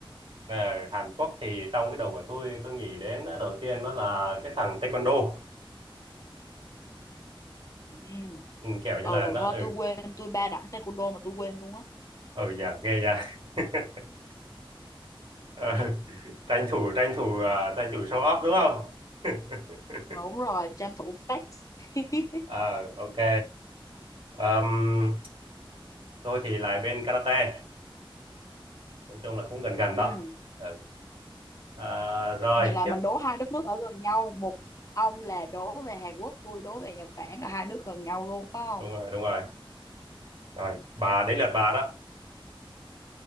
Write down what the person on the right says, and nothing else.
Ờ, Hàn Quốc thì trong cái đầu của tôi tôi nghĩ đến đầu tiên đó là cái thằng Taekwondo
ừ, kiểu như
là nó ừ
ừ dạ ghê dạ <laughs> Ờ, tranh thủ tranh thủ à, tranh thủ show off đúng không <laughs>
à, ok Ờm, tôi thì lại bên karate nói chung là cũng gần gần
đó Ờ, À, rồi
tiếp
đúng rồi đúng rồi rồi bà đến lượt bà đó